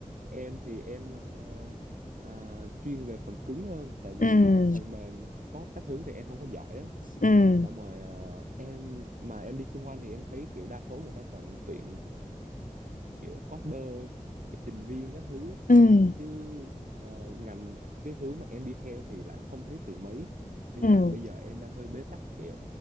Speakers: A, on the right (about 70°); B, on the left (about 75°).
A: em thì em ờ, ờ, chuyên về phần cứng hơn tại vì
B: ừ,
A: phần mềm code các thứ thì em không có giỏi á
B: ừ,
A: xong rồi ờ, em mà em đi xung quanh thì em thấy kiểu đa số người ta toàn tuyển kiểu coder kiểu trình viên các thứ
B: ừ,
A: chứ ờ, ngành cái hướng mà em đi theo thì lại không thấy tuyển mấy nên
B: ừ,
A: là bây giờ em đang hơi bế tắc kiểu